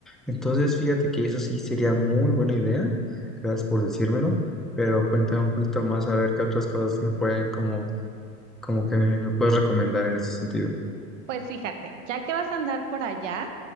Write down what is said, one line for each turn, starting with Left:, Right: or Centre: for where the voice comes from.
Centre: Entonces, fíjate que eso sí sería muy buena idea. Gracias por decírmelo, pero cuéntame un poquito más a ver qué otras cosas me pueden como como que me puedes recomendar en ese sentido.
Right: Pues fíjate, ya que vas a andar por allá,